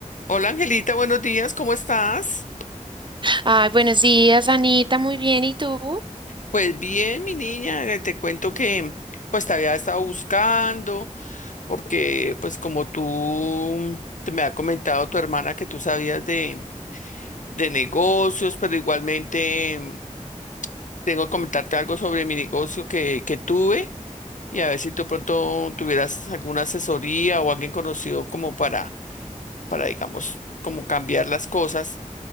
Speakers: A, on the left (about 70°); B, on the right (about 35°).
A: Hola Angelita, buenos días, ¿cómo estás?
B: Ay, buenos días, Anita, muy bien, ¿y tú?
A: Pues bien, mi niña, eh, te cuento que pues te había estado buscando porque pues como tú te me ha comentado tu hermana que tú sabías de, de negocios, pero igualmente mm, tengo que comentarte algo sobre mi negocio que, que tuve y a ver si tú pronto tuvieras alguna asesoría o alguien conocido como para, para digamos, como cambiar las cosas.